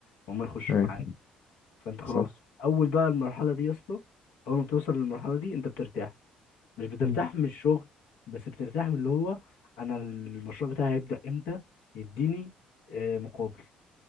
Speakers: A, on the left; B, on the left.
A: وهم يخشوا
B: ايوه
A: معاك فانت خلاص
B: صح
A: اول بقى المرحله دي يا اسطى اول ما بتوصل للمرحله دي انت بترتاح مش بترتاح
B: مم.
A: من الشغل بس بترتاح من اللي هو انا المشروع بتاعي هيبدأ امتى يديني آه، مقابل